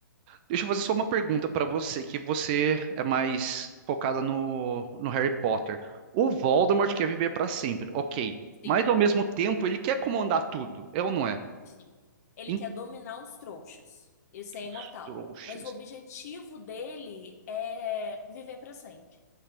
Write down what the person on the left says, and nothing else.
Sim.
Sim. Ele
quer dominar os trouxas. Isso é imortal.
Mas o objetivo dele é viver para sempre.